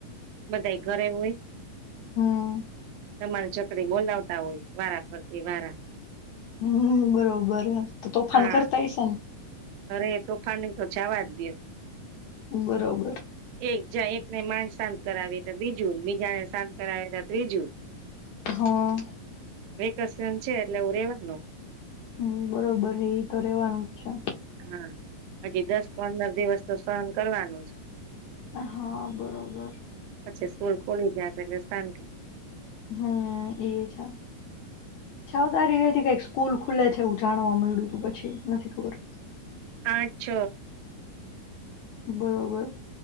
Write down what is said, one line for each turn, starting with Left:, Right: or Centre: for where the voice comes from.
Right: બધાંય ઘરે હોય
Left: હમ્મ.
Right: ધમાલ ચકડી બોલાવતા હોય, વારા ફરતી વારા.
Left: હમ્મ બરોબર હે. તોફાન
Right: હા
Left: કરતા હયસે ને?
Right: અરે તોફાની તો જાવા જ દયો.
Left: બરોબર
Right: એક જાય એકને માર શાંત કરાવી તો બીજું, બીજાને શાંત કરાવી તો ત્રીજું.
Left: હા.
Right: વેકેશન છે એટલે એવું રેવાનું.
Left: હમ્મ બરોબર હે ઈ તો રેવાનું જ છે.
Right: હા હજી દસ પંદર દિવસ તો સહન કરવાનું જ.
Left: હા બરોબર.
Right: પછી સ્કૂલ ખુલી જાશે એટલે શાંતિ.
Left: હમ્મ એ છે, છ તારીખએથી કાંઈક સ સ્કૂલ ખુલે છે એવું જાણવા મળ્યું તું પછી નથી ખબર.
Right: આઠ છ.
Left: બરોબર.